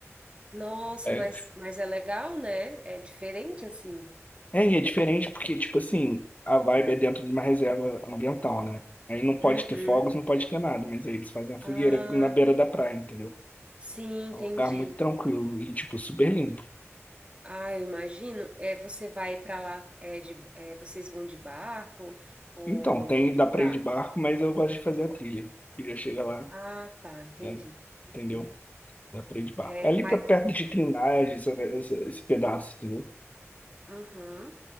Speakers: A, on the right; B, on the left.
A: nossa,
B: É,
A: mas, mas é legal, né? É diferente assim.
B: É, e é diferente porque, tipo assim, a vibe é dentro de uma reserva ambiental, né? Aí não pode
A: Uhum.
B: ter fogos, não pode ter nada, mas aí eles fazem a fogueira
A: Ah,
B: na beira da praia, entendeu?
A: sim, entendi.
B: É um lugar muito tranquilo e, tipo, super limpo.
A: Ah, eu imagino. É, você vai para lá, é, de, é, vocês vão de barco ou
B: Então, tem, dá pra
A: carro?
B: ir de barco, mas eu gosto de fazer a trilha. E já chega lá,
A: Ah, tá, entendi.
B: né? Entendeu?
A: Uhum.
B: Dá pra ir de barco.
A: É,
B: É Ali
A: mas,
B: pra perto de Trindade, essa- essa- esse pedaço, entendeu?
A: uhum.